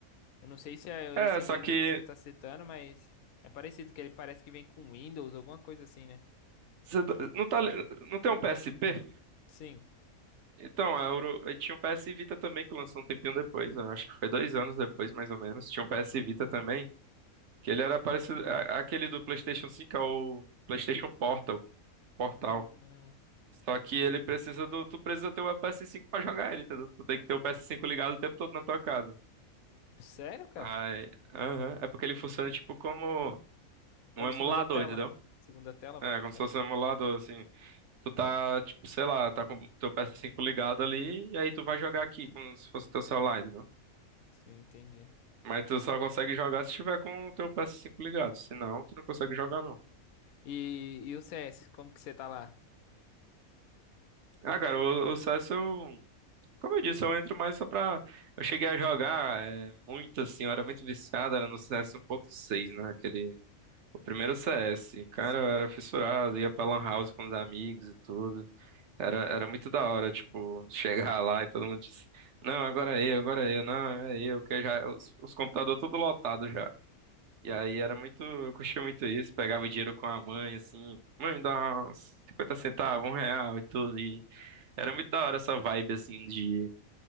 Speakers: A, on the left (about 80°); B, on the right (about 60°).
A: Eu não sei se é
B: É,
A: esse
B: só
A: mesmo
B: que
A: que você tá citando, mas é parecido, que ele parece que vem com Windows, alguma coisa assim, né?
B: você tá- não tá, le- não tem um PSP?
A: Sim.
B: Então, é, o- eu tinha o PS Vita também que lançou um tempinho depois, eu acho que foi dois anos depois, mais ou menos. Tinha um PS Vita também. Que ele era parecido. a- Aquele do PlayStation 5 é o PlayStation Portal. Portal.
A: Hum,
B: Só que ele precisa do. Tu precisa ter o ps cinco pra jogar ele, entendeu? Tu tem que ter o ps cinco ligado o tempo todo na tua casa.
A: sério, cara?
B: Aí. Aham. É porque ele funciona tipo como
A: Como
B: um emulador,
A: segunda tela?
B: entendeu?
A: Segunda tela,
B: É,
A: praticamente.
B: como se fosse um emulador, assim. Tu tá, tipo, sei lá, tá com o teu ps cinco ligado ali, e aí tu vai jogar aqui, como se fosse o teu celular, entendeu?
A: Sim, entendi.
B: Mas tu só consegue jogar se tiver com o teu ps cinco ligado. Senão, tu não consegue jogar, não.
A: E, e o CS, como que você tá lá?
B: Ah, cara, o, o CS eu. Como eu disse, eu entro mais só pra. Eu cheguei a jogar é, muito assim, eu era muito viciado, era no CS seis, né? Aquele. O primeiro CS. Cara,
A: Sim.
B: eu era fissurado, ia pra Lan House com os amigos e tudo. Era, era muito da hora, tipo, <laughs> chegar lá e todo mundo disse: Não, agora é eu, agora é eu, não, é eu, que já. Os, os computadores tudo lotado já. E aí era muito. Eu curtia muito isso, pegava dinheiro com a mãe, assim, mãe, me dá uns 50 centavos, um real e tudo. E era muito da hora essa vibe, assim, de